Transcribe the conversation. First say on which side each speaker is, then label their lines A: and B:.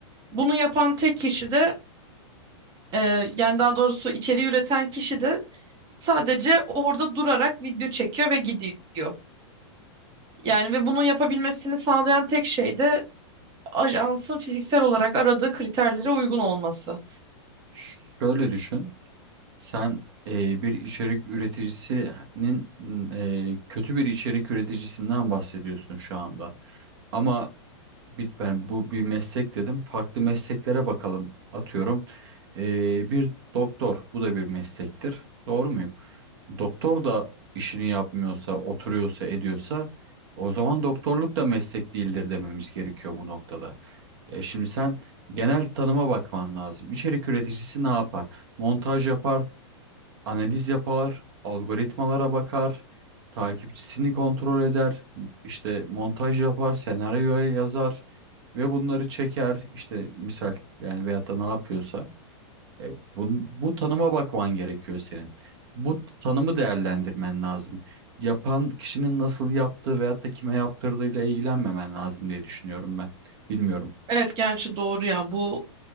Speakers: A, on the right (about 25°); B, on the right (about 60°).
A: Bunu yapan tek kişi de e, yani daha doğrusu içeriği üreten kişi de sadece orada durarak video çekiyor ve gidiyor. Yani ve bunu yapabilmesini sağlayan tek şey de ajansın fiziksel olarak aradığı kriterlere uygun olması.
B: şöyle düşün. Sen e, bir içerik üreticisinin e, kötü bir içerik üreticisinden bahsediyorsun şu anda. Ama bir, ben bu bir meslek dedim. Farklı mesleklere bakalım. Atıyorum e, bir doktor. Bu da bir meslektir. Doğru muyum? Doktor da işini yapmıyorsa, oturuyorsa, ediyorsa o zaman doktorluk da meslek değildir dememiz gerekiyor bu noktada. E, şimdi sen genel tanıma bakman lazım. İçerik üreticisi ne yapar? Montaj yapar analiz yapar, algoritmalara bakar, takipçisini kontrol eder, m- işte montaj yapar, senaryo yazar ve bunları çeker. İşte misal yani veyahut da ne yapıyorsa. E, bun- bu tanıma bakman gerekiyor senin. Bu tanımı değerlendirmen lazım. Yapan kişinin nasıl yaptığı veyahut da kime yaptırdığıyla ilgilenmemen lazım diye düşünüyorum ben. Bilmiyorum.
A: Evet, gerçi doğru ya. Bu